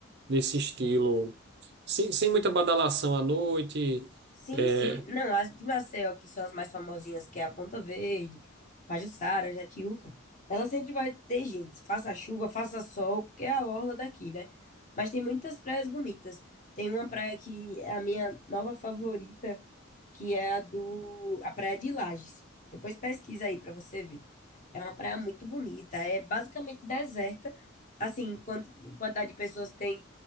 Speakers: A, on the right; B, on the left.
A: nesse estilo, sem, sem muita badalação à noite?
B: Sim,
A: É,
B: sim. Não, as de Maceió, que são as mais famosinhas, que é a Ponta Verde, Pajuçara, Jatiúca, ela sempre vai ter gente, faça chuva, faça sol, porque é a orla daqui, né? Mas tem muitas praias bonitas. Tem uma praia que é a minha nova favorita, que é a do a Praia de Lages. Depois pesquisa aí pra você ver. É uma praia muito bonita, é basicamente deserta. Assim, quanti- quantidade de pessoas tem